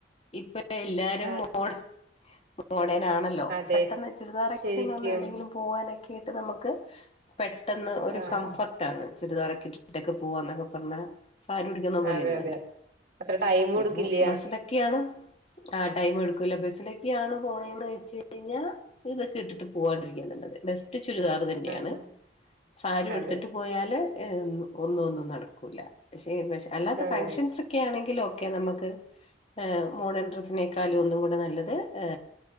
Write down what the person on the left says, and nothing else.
ഇപ്പ എല്ലാരും
മോഡേ മോഡേ ഡേനാണല്ലോ
പെട്ടെന്ന് <unintelligible>
എവിടെങ്കിലും പോവാനെക്കെ കേട്ട് നമ്മക്ക് പെട്ടെന്ന് ഒരു
കംഫർട്ടാണ് ചുരിദാറൊക്കെ ഇട്ടിട്ടൊക്കെ പോവാന്നൊക്കെ പർഞ്ഞാ സാരി ഉടുക്കുന്ന പോലെയൊന്നും
അല്ല
പിന്നെ
ബസ്സിലൊക്കെയാണ് ആ ടൈമും എടുക്കൂല്ല ബസ്സിലൊക്കെയാണ് പോണേന്ന് വെച്ച് കഴിഞ്ഞാ ഇതൊക്കെ ഇട്ടിട്ട് പോവാണ്ടിരിക്കാ നല്ലത് ബസ് റ്റ് ചുരിദാർ തന്നെയാണ്
സാരി ഉടുത്തിട്ട്
പോയാല് എ ഏ ഒന്നു ഒന്നും നടക്കൂല്ല. <unintelligible> അല്ലാത്ത
ഫങ്ഷൻസൊക്കെ യാണെങ്കി ല് ഒക്കെ നമ്മക്ക് ഏഹ് മോഡേൺ ഡ്രസിനെ ട്ടാലും ഒന്നും കൂടെ നല്ലത് ഏ